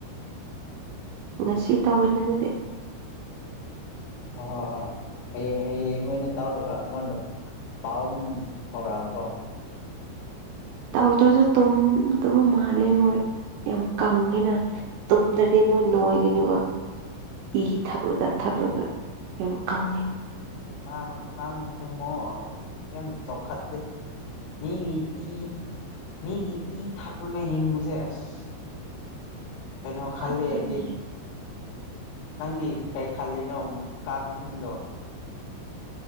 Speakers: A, on the right; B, on the left.
A: ꯉ ꯁꯤ ꯇꯧꯋꯦꯅ ꯑꯗꯨꯗꯤ
B: ꯍꯣꯏ ꯍꯣꯏ ꯍꯣꯏ ꯍꯌꯦꯡ ꯍꯌꯦꯡ ꯑꯣꯏꯅ ꯇꯧꯔꯒ ꯑꯩꯉꯣꯟꯗ ꯄꯥꯎ ꯑꯗꯨ ꯐꯥꯎꯔꯛꯑ ꯀꯣ
A: ꯇꯧꯗ꯭ꯔꯁꯨ ꯇꯨꯝꯗꯕ ꯃꯥꯜꯂꯦ ꯃꯣꯏ ꯌꯥꯝ ꯀꯪꯉꯦꯅꯨꯝꯗ꯭ꯔ <unintelligible> ꯑꯗꯩ ꯃꯣꯏ ꯅꯅꯨꯡꯉ ꯑꯣꯏꯒꯅꯤꯕ ꯏ ꯊꯛꯂꯒ ꯊꯛꯂꯒ ꯌꯥꯝ ꯀꯪꯉꯦ꯫
B: ꯀꯥꯡ ꯀꯥꯡꯁꯦ ꯃꯨꯛ ꯌꯥꯝ ꯆꯥꯎꯈꯠꯇꯦ ꯃꯤꯒꯤ ꯏ ꯃꯤꯒꯤ ꯏ ꯊꯛꯂꯒ ꯍꯤꯡꯕꯁꯦ ꯑꯁ ꯀꯩꯅꯣ ꯈꯜꯂꯦ
A: ꯐꯠꯇꯦꯅꯦ
B: ꯍꯥꯏꯗꯤ ꯅꯪꯗꯤ ꯀꯩ ꯈꯜꯂꯤꯅꯣ ꯀꯥꯡꯁꯤꯡꯗꯣ